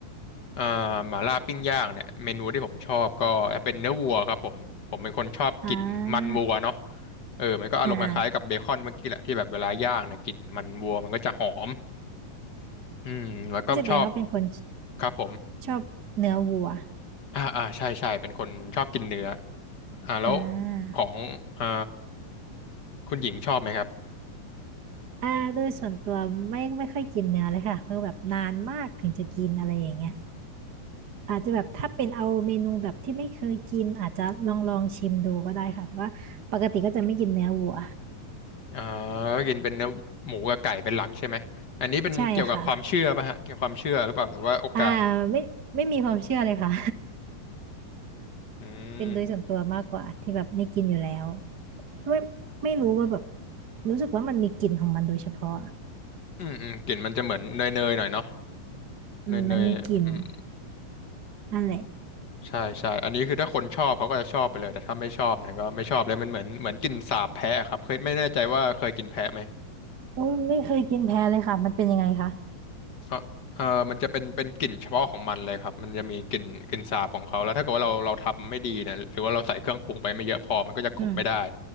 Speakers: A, on the left; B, on the right.
A: เอ่อหม่าล่าปิ้งย่างเนี่ยเมนูที่ผมชอบก็เป็นเนื้อวัวครับผมผมเป็นคนชอบกลิ่นมันวัวเนาะ
B: อ่า
A: เออมันก็อารมณ์คล้ายๆกับเบคอนเมื่อกี้แหละที่แบบเวลาย่างเนี่ยกลิ่นมันวัวมันก็จะหอม
B: อ่าอ่า
A: อืมแล้วก็ชอบ
B: นี่แสดงว่าเป็นคน
A: ครับผม
B: ชอบเนื้อวัว
A: อ่าอ่าใช่ใช่เป็นคนชอบกินเนื้ออ่าแล้ว
B: อ่า
A: ของเอ่อคุณหญิงชอบไหมครับ
B: อ่าโดยส่วนตัวไม่ไม่ค่อยกินเนื้อเลยค่ะคือแบบนานมากถึงจะกินอะไรอย่างเงี้ยอาจจะแบบถ้าเป็นเอาเมนูแบบที่ไม่เคยกินอาจจะลองลองชิมดูก็ได้ค่ะแต่ว่าปกติก็จะไม่กินเนื้อวัว
A: อ่าก็กินเป็นเนื้อหมูกับไก่เป็นหลักใช่ไหมอันนี้เป็นเกี่ยวกับความเชื่อป่ะฮะเกี่ยวกับความเชื่อหรือเปล่าหรือว่าโอกาส
B: ใช่ค่ะอ่าไม่ไม่มีความเชื่อเลยค่ะ
A: อืม
B: <laughs> เป็นโดยส่วนตัวมากกว่าที่แบบไม่กินอยู่แล้วไม่ไม่รู้ว่าแบบรู้สึกว่ามันมีกลิ่นของมันโดยเฉพาะ
A: อืมอืมกลิ่นมันจะเหมือนเนยเนยหน่อยเนาะ
B: อืมมันมีกลิ่น
A: เนยเนยอืม
B: นั่นแหละ
A: ใช่ใช่อันนี้คือถ้าคนชอบเขาก็จะชอบไปเลยแต่ถ้าไม่ชอบเนี่ยก็ไม่ชอบเลยมันเหมือนเหมือนกลิ่นสาบแพะอะครับเคยไม่แน่ใจว่าเคยกินแพะไหม
B: โอ้ยไม่เคยกินแพ้เลยค่ะมันเป็นยังไงคะ
A: เออเออมันจะเป็นเป็นกลิ่นเฉพาะของมันเลยครับมันจะมีกลิ่นกลิ่นสาบของเขาแล้วถ้าเกิดว่าเราเราทำไม่ดีเนี่ยหรือว่าเราใส่เครื่องปรุงไปไม่เยอะพอมันก็จะกลบไม่ได้
B: อืม